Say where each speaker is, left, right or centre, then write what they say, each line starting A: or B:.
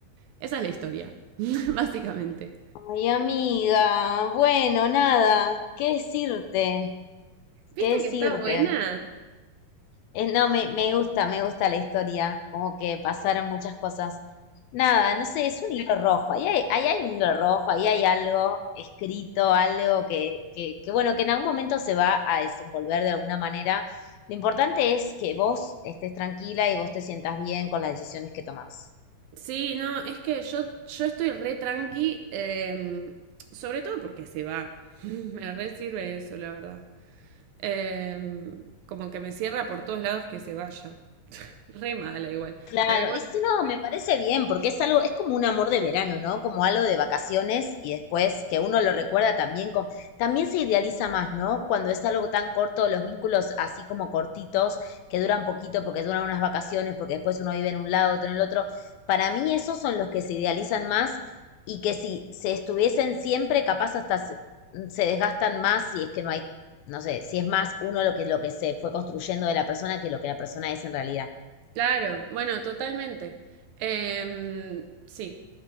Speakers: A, on the right (about 80°); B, on the left (about 80°).
A: Esa es la historia, <laughs> básicamente.
B: Ay, amiga, bueno, nada, qué decirte,
A: ¿Viste
B: qué decirte.
A: que está buena?
B: Eh, no, me, me gusta, me gusta la historia, como que pasaron muchas cosas. Nada, no sé, es un hilo rojo, ahí hay, ahí hay un hilo rojo, ahí hay algo escrito, algo que, que, que, bueno, que en algún momento se va a desenvolver de alguna manera. Lo importante es que vos estés tranquila y vos te sientas bien con las decisiones que tomás.
A: Sí, no, es que yo, yo estoy re tranqui, em, sobre todo porque se va. <laughs> Me re sirve eso, la verdad. Em, como que me cierra por todos lados que se vaya. <laughs> Re mala igual.
B: Claro,
A: Pero igual,
B: y si no, me parece bien, porque es algo, es como un amor de verano, ¿no? Como algo de vacaciones y después que uno lo recuerda también con, también se idealiza más, ¿no? Cuando es algo tan corto, los vínculos así como cortitos, que duran poquito porque duran unas vacaciones, porque después uno vive en un lado, otro en el otro. Para mí esos son los que se idealizan más y que si se estuviesen siempre, capaz hasta se, se desgastan más si es que no hay, no sé, si es más uno lo que, lo que se fue construyendo de la persona que lo que la persona es en realidad.
A: claro, bueno, totalmente. Em, sí.